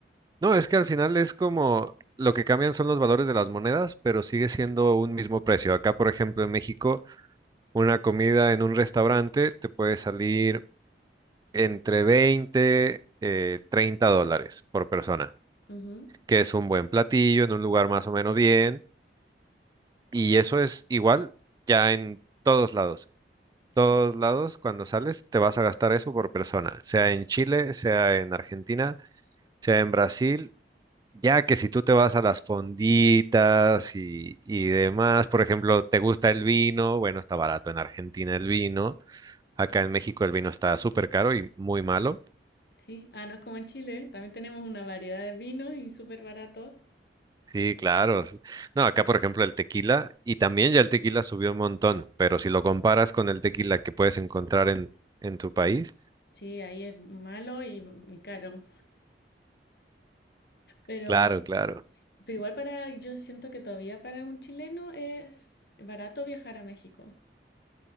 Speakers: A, on the right; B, on the left.
A: No, es que al final es como lo que cambian son los valores de las monedas, pero sigue siendo un mismo precio. Acá, por ejemplo, en México, una comida en un restaurante te puede salir entre 20, eh, 30 dólares por persona,
B: Ujú.
A: que es un buen platillo en un lugar más o menos bien. Y eso es igual ya en todos lados. todos
B: Sí,
A: lados, cuando sales, te vas a gastar eso por persona, sea en Chile, sea en Argentina, sea en Brasil, ya que si tú te vas a las fonditas y, y demás, por ejemplo, te gusta el vino, bueno, está barato en Argentina el vino, acá en México el vino está súper caro y muy malo.
B: sí. Ah, no es como en Chile, también tenemos una variedad de vinos y súper barato.
A: Sí, claro. No, acá por ejemplo el tequila, y también ya el tequila subió un montón, pero si lo comparas con el tequila que puedes encontrar en, en tu país,
B: Sí, ahí es malo y, y caro. Pero,
A: claro, claro.
B: pero igual para, yo siento que todavía para un chileno es barato viajar a México.